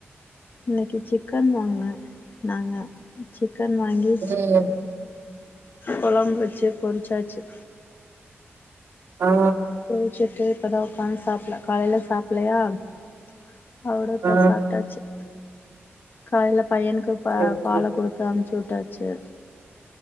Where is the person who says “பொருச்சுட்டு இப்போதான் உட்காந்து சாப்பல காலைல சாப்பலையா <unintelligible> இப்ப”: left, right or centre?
Left